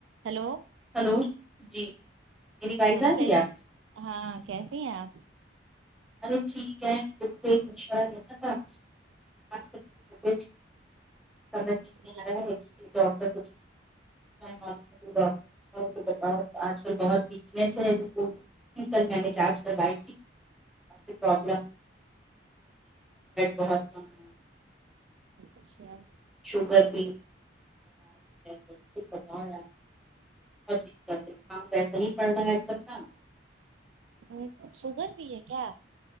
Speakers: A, on the right; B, in the centre.
A: Hello
B: hello جی میری wife
A: ہلو
B: آ رہی
A: کیس
B: ہے آپ کی
A: ہاں کیسی ہیں آپ
B: ارے ٹھیک ہے تم سے ایک مشورہ کرنا تھا <unintelligible> ڈاکٹر کو <unintelligible>
A: جی
B: آج کل بہت کیسے ہے رپورٹ کل میں نے جانچ کروائی تھی <unintelligible> بلڈ بہت کم ہے
A: اچھا
B: شگر بھی <unintelligible> <unintelligible> ویسا ہی پڑ رہا ہے سب کا
A: ہ شوگر بھی ہے کیا